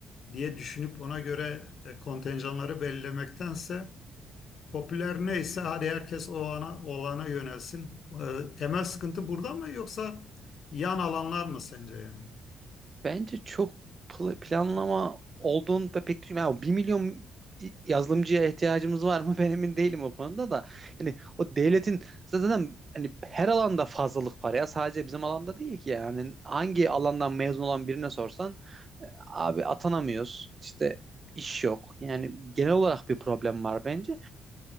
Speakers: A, on the left; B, on the right.
A: diye düşünüp ona göre e, kontenjanları belirlemektense popüler neyse hadi herkes o ana, olana yönelsin. E, temel sıkıntı burada mı yoksa yan alanlar mı sence yani?
B: Bence çok pl- planlama olduğunu da pek düşünmüyorum. Yani bir milyon yazılımcıya ihtiyacımız var mı? <laughs> Ben emin değilim o konuda da. Hani o devletin zaten hani her alanda fazlalık var ya. Sadece bizim alanda değil ki yani. Hangi alandan mezun olan birine sorsan e, abi atanamıyoruz. İşte iş yok. Yani genel olarak bir problem var bence.